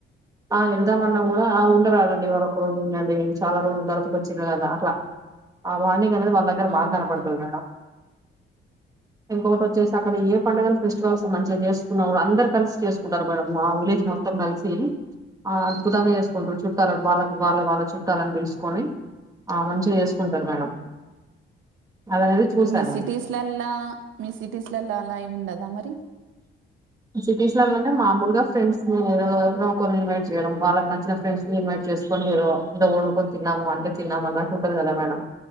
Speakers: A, on the right; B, on the right.
A: ఆ వెళ్దామన్నా కూడా ఉండరాదండి వరక రోజు ఉందండి చాలా రోజులు ధరతకుొచ్చారు కదా అట్లా వా వాళ్ళ దగ్గర
B: అవునండి
A: బాగా కనపడుతుంది మేడం ఇంకొకటి వచ్చే అక్కడ ఏ పండుగల ఫెస్టివల్స్ మంచిగా చేసుకున్నా అందరు కలిసి చేసుకుంటారు మేడం మా విలేజ్ మొత్తం కలిసి అద్భుతంగా చేసుకుంటారు చుట్టాల వాళ్ళ వాళ్ళ వాళ్ళ చుట్టాలని పిలుసుకొని ఆ మంచిగా చేసుకుంటారు మేడం అది అనేది చూసాను
B: ఇప్పుడు మి
A: నేను
B: సిటిస్ లళ్ల మిసి టీస్లలో అలా ఏమి ఉండదా మరి
A: సిటీస్లల్లో అంటే మామూలుగా ఫ్రెండ్స్ ని ఎవరినో ఒకరిని ఇన్వైట్ చేయడం వాళ్ళకి నచ్చిన ఫ్రెండ్స్ నీ యిన్వైట్ చేసుకొని ఏదో వండుకని తిన్నాము అంటే తిన్నాము అన్నట్టు ఉంటది కదా.. మేడం